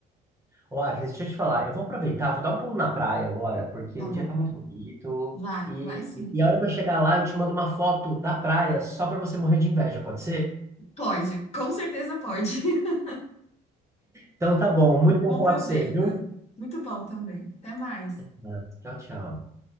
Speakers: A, on the right; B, on the left.
A: Ô, Agnes, deixa eu te falar. Eu vou aproveitar, vou dar um pulo na praia agora, porque
B: Tá
A: o
B: bom.
A: dia tá muito bonito.
B: Vai,
A: E,
B: vai sim.
A: e a hora que eu chegar lá, eu te mando uma foto da praia só pra você morrer de inveja, pode ser?
B: Pode, com certeza pode. <laughs>
A: Então tá bom. Muito bom
B: Bom
A: falar
B: proveito.
A: com você, viu?
B: Muito bom também. Até mais.
A: Tá. Tchau, tchau.